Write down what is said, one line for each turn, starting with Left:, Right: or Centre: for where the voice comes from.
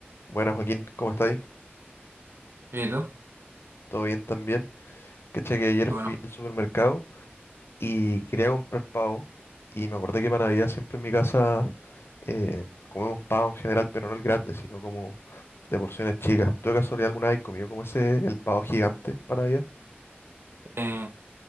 Left: Buenas Joaquín, ¿cómo estáis?
Right: Bien, ¿Y tú? Qué
Left: ¿Todo bien también? Caché que ayer
Right: Bueno,
Left: fui al supermercado y quería comprar pavo y me acordé que para Navidad siempre en mi casa eh, comemos pavo en general, pero no el grande, sino como de porciones chicas. ¿Tú de casualidad alguna vez comido como ese, el pavo gigante para Navidad?
Right: eh,